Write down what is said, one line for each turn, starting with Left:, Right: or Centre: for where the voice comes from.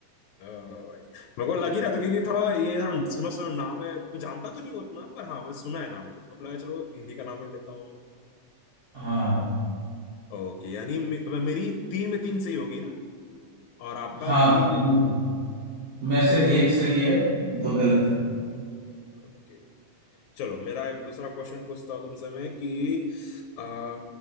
Left: अ, भाई मेरे को लग ही रहा था क्योंकि थोड़ा ये थोड़ा सुना सुना नाम है मैं जानता तो नहीं हूँ उतना पर हाँ मैं सुना है नाम है तो मेरे को लगा चलो हिंदी का नाम ले लेता हूँ
Right: हाँ
Left: ओके यानी मे, मे- मेरी तीन में तीन सही होगी ना और आपका
Right: हाँ
Left: तीन
Right: तीन
Left: में-
Right: में तीन। में से एक सही है दो गलत है
Left: ओके चलो मेरा एक दूसरा क्वेश्चन पूछता हूँ तुमसे मैं कि आ,